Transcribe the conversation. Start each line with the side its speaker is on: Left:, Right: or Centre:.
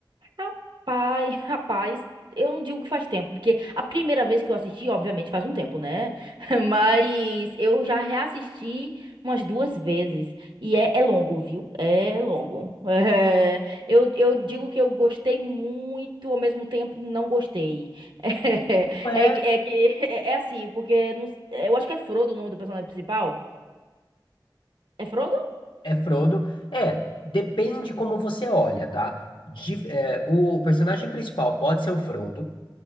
Right: Rapaz, <laughs> rapaz, eu não digo que faz tempo, porque a primeira vez que eu assisti, obviamente, faz um tempo, né? <laughs> Mas eu já reassisti umas duas vezes. E é, é longo, viu? É longo. <laughs> É, eu, eu digo que eu gostei muito, ao mesmo tempo não gostei. <laughs>
Left: É,
Right: É, é, que é, que- é é assim, porque não- eu acho que é Frodo o nome do personagem principal. É Frodo?
Left: é Frodo. É, depende como você olha, tá? De- é, o personagem principal pode ser o Frodo,